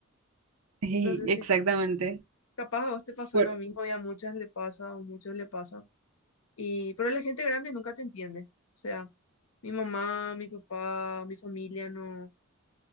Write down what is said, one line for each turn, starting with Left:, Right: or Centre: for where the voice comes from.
Right: Sí,
Left: No sé
Right: Exactamente.
Left: si capaz a vos te pasó
Right: Por-
Left: lo mismo y a muchas le pasa o muchos le pasa. Y, pero la gente grande nunca te entiende. O sea, mi mamá, mi papá, mi familia no.